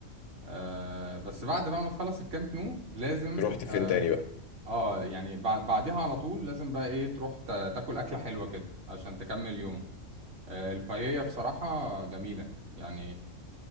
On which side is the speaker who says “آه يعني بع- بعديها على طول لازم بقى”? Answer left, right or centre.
Right